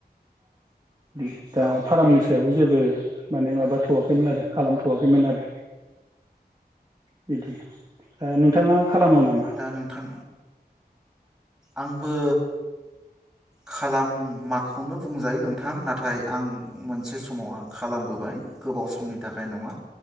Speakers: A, on the right (about 25°); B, in the centre.
A: <unintelligible> <unintelligible> दा
B: औ
A: फार्मनि सायाव जेब बो माने माबाथ'आखैमोन आरो लामथ'वाखैमोन आरो बिदि ओ नोंथाङा खालामो नामा?
B: दा नोंथां आंबो खालामाखौनो बुंजायो नोंथां नाथाय आं मोनसे समाव आं खालामबोबाय गोबाव समनि थाखाय नङा